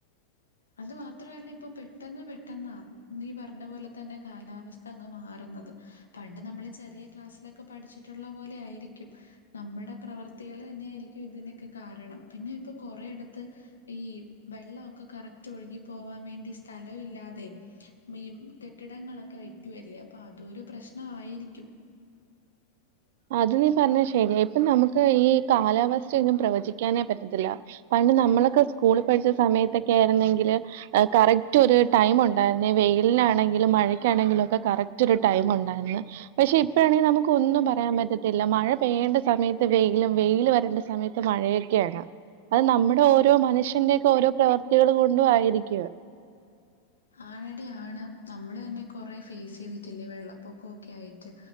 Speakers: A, on the left; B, on the right.
A: അതും മാത്രവല്ല ഇപ്പം പെട്ടെന്ന് പെട്ടെന്നാ നീ പറ്ഞ്ഞ പോലെ തന്നെ കാലാവസ്ഥ അങ്ങ് മാറുന്നത് പണ്ട് നമ്മള് ചെറിയേ ക്ലാസ്സിലൊക്കെ പഠിച്ചിട്ടുള്ള പോലെയായിരിക്കും നമ്മടെ പ്രവർത്തികള് തന്നെയായിരിക്കും ഇതിനെക്കെ കാരണം പിന്നെ ഇപ്പൊ കൊറേയിടത്ത് ഈ വെള്ളൊക്കെ കറ ക്റ്റ് ഒഴുകി പോവാ വേണ്ടി സ്ഥലവില്ലാതെ മി കെട്ടിടങ്ങളൊക്കെ വെ ക്ക്യുവല്ലേ അപ്പ അതൊരു പ്രശ്നവായിരിക്കും
B: അത് നീ പറ്ഞ്ഞെ ശരിയാ ഇപ്പ നമുക്ക് ഈ കാലാവസ്ഥയൊന്നും പ്രവചിക്കാനേ പറ്റത്തില്ല പണ്ട് നമ്മളൊക്കെ സ്കൂള് പഠിച്ച സമയത്തൊക്കെയാര്ന്നെങ്കില് ഏഹ് കറക്റ്റ് ഒരു ടൈമുണ്ടാര്ന്നെ വെയില്നാണെങ്കിലും മഴക്കാണെങ്കിലൊക്കെ കറക്റ്റൊര് ടൈമുണ്ടാര്ന്ന് പക്ഷേ ഇപ്പഴാണെങ്കി നമുക്ക് ഒന്നും പറ യാൻ പറ്റത്തില്ല മഴ പെയ്യേണ്ട സമയത്ത് വെയിലും വെയില് വരേണ്ട സമയത്ത് മഴയെക്ക്യെയാണ് അത് നമ്മുടെ ഓരോ മനുഷ്യന്റെക്കെ ഓരോ പ്രവർത്തികള് കൊണ്ടും ആയിരിക്ക്യും
A: ആണെടി ആണ് നമ്മള് തന്നെ കൊറേ ഫേസെയ്തിട്ടില്ലേ വെള്ളപ്പൊക്കൊക്ക്യായിട്ട്